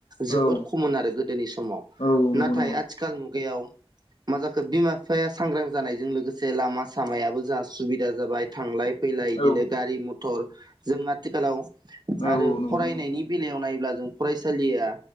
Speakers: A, on the right; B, on the left.
A: जोबोद
B: औ
A: खमन आरो गोदोनि समाव
B: औ नंगौ
A: नाथाय
B: नंगौ
A: आथिखाल मु गायाव मा जाखो बिमा बिफाया सांग्रां जानायजों लोगोसे लामा सामायाबो जा सुबिदा जाबाय थांलाय फैलाय बिदिनो
B: औ
A: गारि मथर जों आथिखालाव।
B: औ
A: आरो
B: औ नंगौ
A: फरायनायनि
B: नंगौ
A: बेलायाव नाब्ला जों फरायसालिया